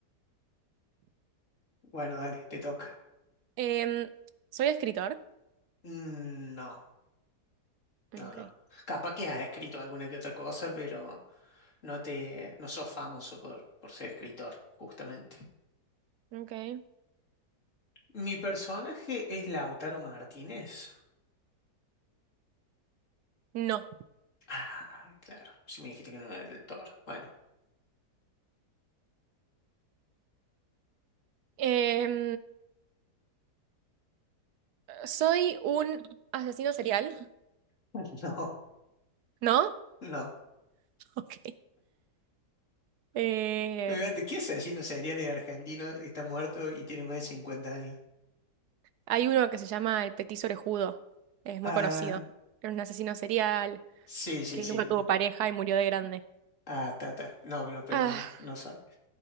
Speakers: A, on the left; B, on the right.
A: Bueno, dale, te toca.
B: Em, ¿soy escritor?
A: Mm, no,
B: Ok.
A: no, no. Capaz que has escrito alguna que otra cosa, pero no te, no sos famoso por, por ser escritor, justamente.
B: Ok.
A: Mi personaje es Lautaro Martínez.
B: No.
A: Ah, claro. Si me dijiste que no era del Toro. Bueno,
B: Em, ¿soy un asesino serial?
A: <laughs> No,
B: ¿No?
A: no.
B: <laughs> Ok. Eh,
A: Fíjate, ¿Qué asesino serial es argentino? Está muerto y tiene más de 50 años.
B: Hay uno que se llama el Petit Orejudo, es
A: Ah,
B: muy conocido. Era un asesino serial
A: sí, sí,
B: que
A: sí.
B: nunca tuvo pareja y murió de grande.
A: Ah, ta, ta. No, no, pero
B: Ah,
A: no, no soy.